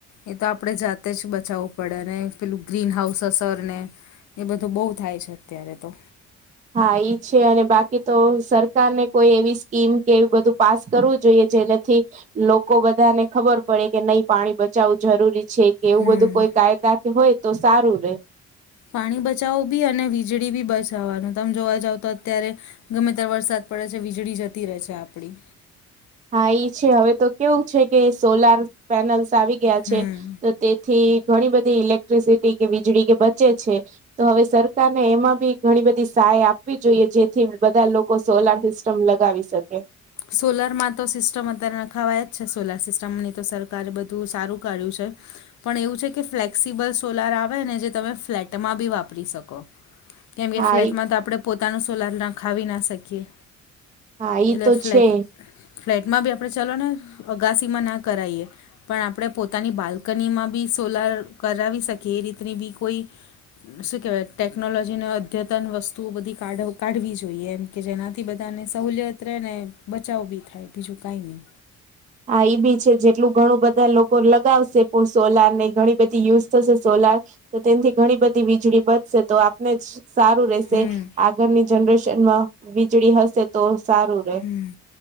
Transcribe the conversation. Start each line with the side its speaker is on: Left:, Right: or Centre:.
Left: એ તો આપણે જાતે જ બચાવવું પડે અને પેલું ગ્રીન હાઉસ અસર ને એ બધું બહુ થાય છે અત્યારે તો
Right: હા, એઈ છે અને બાકી તો સરકારને કોઈ એવી સ્કીમ કે એ બધું પાસ કરવું જોઈએ જેનાથી લોકો બધાને ખબર પડે કે નહી પાણી બચાવવું જરૂરી છે કે એવું
Left: હમ
Right: બધું કોઈ કાયદા કે હોય તો સારું રે
Left: પાણી બચાવો બી અને વીજળીબી બચાવવાનું તમે જોવા જાવ તો અત્યારે ગમે ત્યારે વરસાદ પડે છે વીજળી જતી રહે છે આપડી
Right: હા એ છે હવે તો કેવું છે કે સોલાર પેનલ્સ આવી ગયા
Left: હમ
Right: છે. તેથી ઘણી બધી ઇલેક્ટ્રિસિટી કે વીજળી કે બચે છે તો હવે સરકારને એમાં બી ઘણી બધી સહાય આપવી જોઈએ જેથી બધા લોકો સોલાર સિસ્ટમ લગાવી શકે.
Left: સોલારમાં તો સિસ્ટમ અત્યારે નખાવાયા જ છે સોલાર સિસ્ટમની તો સરકારે બધું સારું કાઢ્યું છે. પણ એવું છે કે ફ્લેક્સિબલ સોલાર આવે ને જે તમે ફ્લેટમાં બી વાપરી શકો. કેમકે
Right: હા
Left: ફ્લેટમાં
Right: ઈ
Left: તો આપણે પોતાનું સોલાર નાખાવી ના શકીએ.
Right: હા, ઈ
Left: એટલે
Right: તો
Left: ફ્લેટ
Right: છે.
Left: ફ્લેટમાં બી આપડે ચલો ને અગાસીમાં ના કરાઈએ પણ આપડે પોતાની બાલ્કનીમાં બી સોલાર કરાવી શકીએ એ રીતની બી કોઈ શું કહેવાય ટેકનોલોજીને અદ્યતન વસ્તુઓ બધી કાઢવ કાઢવી જોઈએ. કે જેનાથી બધાને સહુલિયત રેહ ને બચાવ બી થાય બીજું કઈ નહી.
Right: હા, એ બી છે જેટલું ઘણું બધા લોકો લગાવશે પણ સોલાર ને ઘણી બધી યુઝ થશે સોલાર તો તેનથી ઘણી બધી વીજળી બચશે તો આપને જ સારું રહેશે,
Left: હમ
Right: આગળની જનરેશનમાં વીજળી હશે તો સારું રેહ
Left: હમ્મ